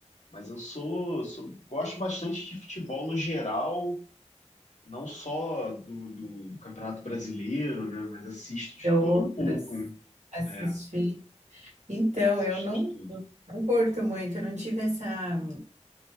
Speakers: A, on the left (about 85°); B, on the right (about 80°).
A: Mas eu sou, sou- gosto bastante de futebol no geral, não só do, do, do Campeonato Brasileiro, né? Mas assisto de
B: e outros
A: tudo um pouco.
B: assistir.
A: É,
B: Então,
A: assisto
B: eu não,
A: de tudo.
B: não curto muito, eu não tive essa.